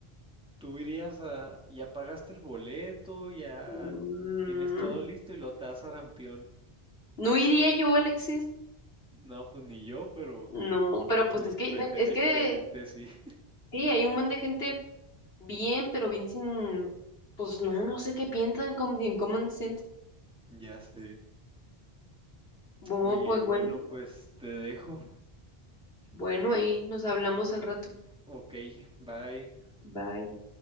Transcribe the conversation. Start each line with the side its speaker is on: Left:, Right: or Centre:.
Centre: tú irías a, ya pagaste el boleto, ya
Left: Mm,
Centre: tienes todo listo y lo te das arampión.
Left: No iría yo, Alexis.
Centre: No, pues ni yo, pero
Left: No, pero pues
Centre: pues
Left: es que,
Centre: ese
Left: ne- es
Centre: tipo
Left: que,
Centre: de gente sí, <laughs>
Left: sí, hay un montón de gente bien, pero bien sin, pues no, no sé qué piensan, como sin common sense.
Centre: ya sé.
Left: Bueno,
Centre: Oye,
Left: pues
Centre: bueno,
Left: bueno,
Centre: pues te dejo.
Left: bueno, ahí nos hablamos al rato.
Centre: Ok, bye.
Left: Bye.